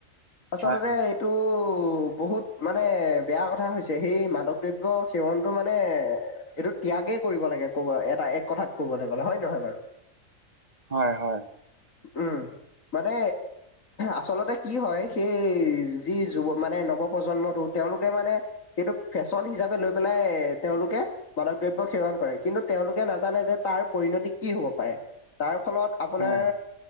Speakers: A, on the left (about 75°); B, on the right (about 30°).
A: আচলতে
B: হয়
A: এইটো বহুত মানে বেয়া কথা হৈছে সেই মাদক দ্ৰব্য সেৱনটো মানে এইটো ত্যাগে কৰিব লাগে কব এটা এক কথাত ক'বলৈ গ'লে হয় নহয় বাৰু
B: হয় হয়
A: উম মানে আচলতে কি হয় সেই যি যুৱ মানে নৱপ্ৰজন্মটো তেওঁলোকে মানে এইটো ফেশ্বন হিচাপে লৈ পেলাই তেওঁলোকে মাদক দ্ৰব্য সেৱন কিন্তু তেওঁলোকে নাজানে যে তাৰ পৰিণতি কি হ'ব পাৰে তাৰ ফলত আপোনাৰ
B: হয়